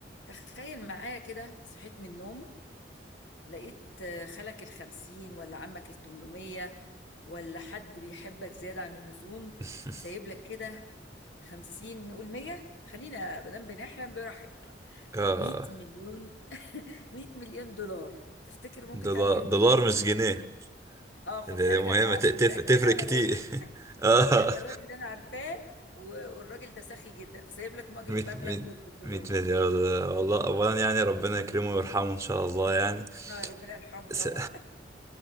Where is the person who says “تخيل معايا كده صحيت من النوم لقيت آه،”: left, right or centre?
Left